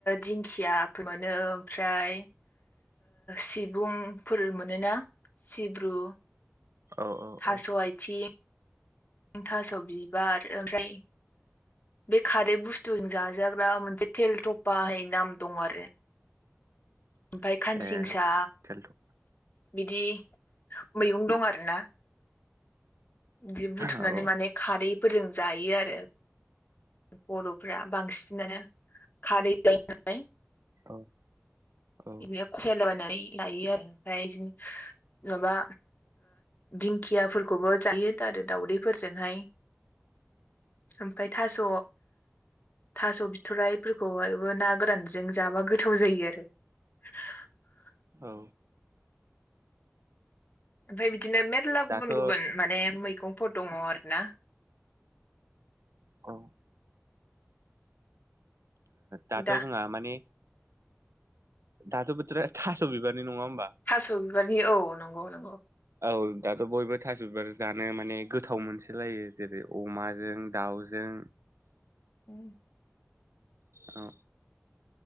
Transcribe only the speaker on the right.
औ औ
औ
ए थेलथ' औ
औ
औ औ
औ
दाथ'
औ दाथ'
जोंहा माने दाथ' बोथोर थास' बिबारनि नङा होम
औ दाथ' बयबो थास बिबार जानो माने गोथाव मोनसोलायो जेरै अमाजों दाउजों
औ